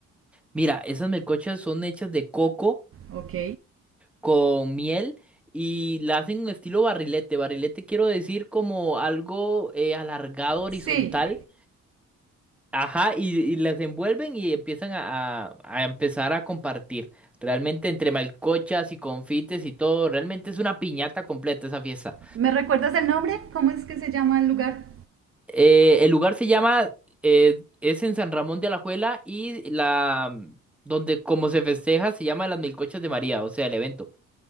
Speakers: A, in the centre; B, on the right (about 45°).
A: Mira, esas melcochas son hechas de coco
B: Ok.
A: con miel y la hacen en estilo barrilete. Barrilete quiero decir como algo eh, alargado, horizontal
B: Sí.
A: Ajá, y, y las envuelven y empiezan a, a- a empezar a compartir. Realmente entre malcochas y confites y todo, realmente es una piñata completa esa fiesta.
B: ¿Me recuerdas el nombre? ¿Cómo es que se llama el lugar?
A: Eh, el lugar se llama, eh, es en San Ramón de Alajuela y la, mm, donde como se festeja se llama Las Milcochas de María, o sea, el evento.